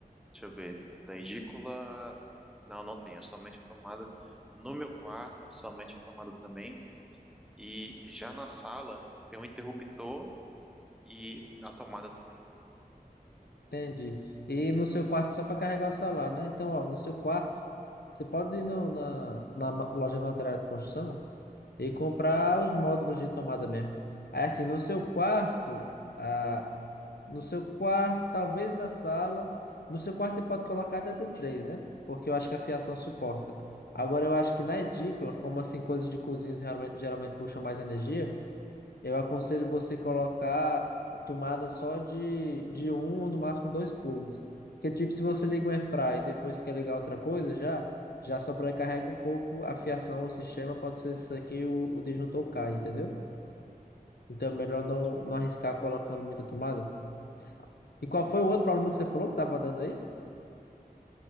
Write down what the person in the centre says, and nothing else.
Deixa eu ver. Da edícula. Não, não tem. É somente a tomada. No meu quarto, somente a tomada também. E já na sala tem um interruptor e a tomada também.
Entendi.